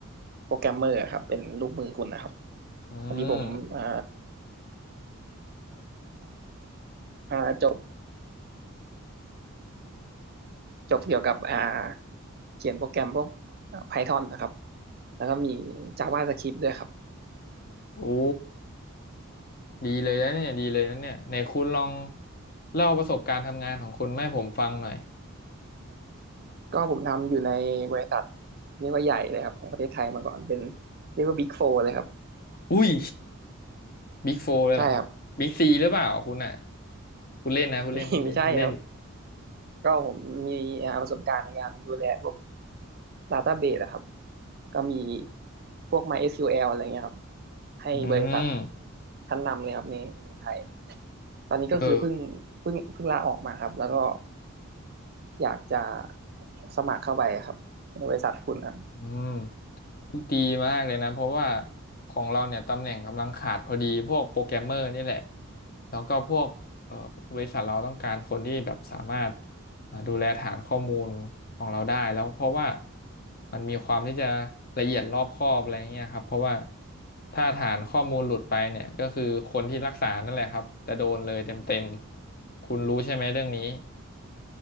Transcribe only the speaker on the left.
อืม
อู้ดีเลยนะเนี่ยดีเลยนะเนี่ยไหนคุณลองเล่าประสบการณ์ทำงานของคุณมาให้ผมฟังหน่อย
อุ้ยบิ๊กโฟเลยเหรอครับบิ๊กซีหรือเปล่าคุณอ่ะ
คุณเล่นนะคุณเล่นคุณเล่นคุณเล่น
อืม
เออ
อืมดีมากเลยนะเพราะว่าของเราเนี่ยตำแหน่งกำลังขาดพอดีพวกโปรแกรมเมอร์นี่แหละแล้วก็พวกเอ่อบริษัทเราต้องการคนที่แบบสามารถอ่าดูแลฐานข้อมูลของเราได้แล้วเพราะว่ามันมีความที่จะละเอียดรอบคอบอะไรเงี้ยครับเพราะว่าถ้าฐานข้อมูลหลุดไปเนี่ยก็คือคนที่รักษานั่นแหละครับจะโดนเลยเต็มๆตคุณรู้ใช่ไหมเรื่องนี้